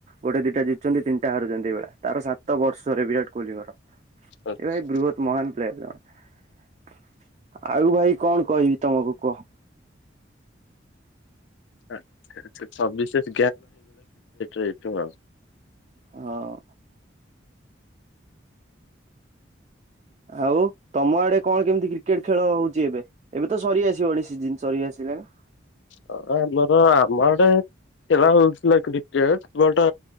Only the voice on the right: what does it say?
ଗୋଟେ ଦିଟା ଜିତୁଛନ୍ତି ତିନିଟା ହାରୁଛନ୍ତି ଏଇଭଳିଆ। ତାର ସାତ ବର୍ଷରେ ବିରାଟ କୋହଲିଙ୍କର।
ଏ ଭାଇ ବୃହତ୍ ମହାନ <unintelligible> ଆଉ ଭାଇ କଣ କହିବି ତମକୁ କୁହ।
ହଁ। ଆଉ ତମ ଆଡେ କଣ କେମିତି କ୍ରିକେଟ ଖେଳ ହଉଛି ଏବେ? ଏବେ ତ ସରି ଆସିବ ସି ସରି ଆସିଲାଣି।